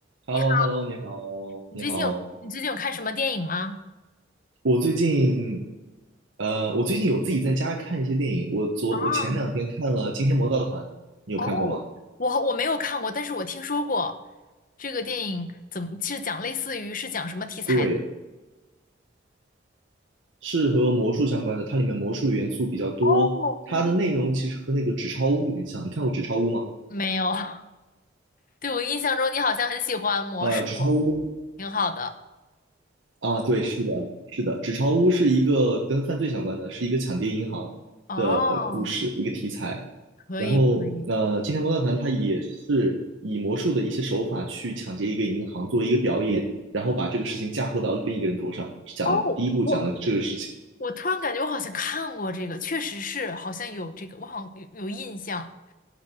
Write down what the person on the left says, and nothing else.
你好，
你最近有你最近有看什么电影吗？
啊，
哦，我我没有看过，但是我听说过这个电影怎么是讲类似于是讲什么题材的？
哦，
对对对，
没有，<laughs> 对，我印象中你好像很喜欢魔术，
挺好的。
哦，
可以可以。
哦，我我突然感觉我好像看过这个，确实是好像有这个，我好像有有印象，